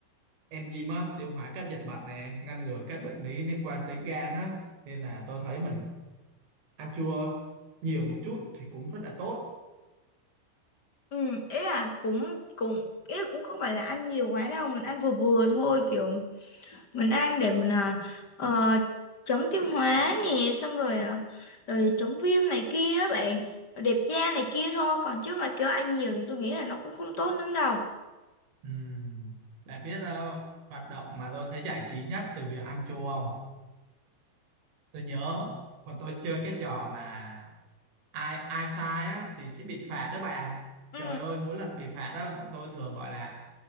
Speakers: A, on the right; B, on the left.
A: enzyme á, tiêu hóa các dịch mạch nè ngăn ngừa các bệnh lý liên quan tới gan á nên là tôi thấy mình ăn chua nhiều một chút thì cũng rất là tốt
B: ừ ý là cũng cũng ý là cũng không phải là ăn nhiều quá đâu mình ăn vừa vừa thôi kiểu mình ăn để mình à, ờ, chống tiêu hóa nè xong rồi à, rồi chống viêm này kia á bạn đẹp da này kia thôi còn chứ mà kêu ăn nhiều thì tôi nghĩ là nó cũng không tốt lắm đâu
A: Ừm, Bạn biết ờ, hoạt động mà tôi thấy giải trí nhất từ việc ăn chua không? Tôi nhớ mà tôi chơi cái trò mà ai ai sai á thì sẽ bị phạt đó bạn.
B: ừ
A: Trời ơi mỗi lần bị phạt đó bọn tôi thường gọi là